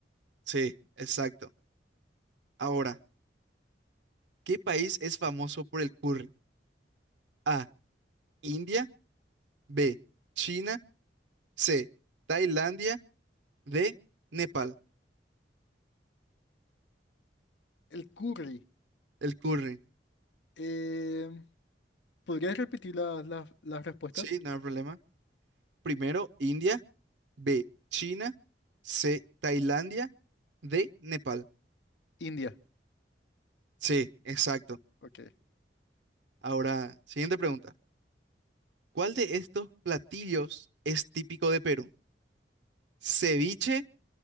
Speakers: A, on the right; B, on the left.
A: Sí, exacto. Ahora, ¿qué país es famoso por el curry? A, India. B, China, C, Tailandia, D, Nepal.
B: El curry.
A: El curry.
B: Em, ¿podrías repetir la- la- las respuestas?
A: Sí, no hay problema. Primero, India, B, China, C, Tailandia, D, Nepal.
B: India.
A: Sí, exacto.
B: Ok.
A: Ahora, siguiente pregunta. ¿Cuál de estos platillos es típico de Perú? Ceviche,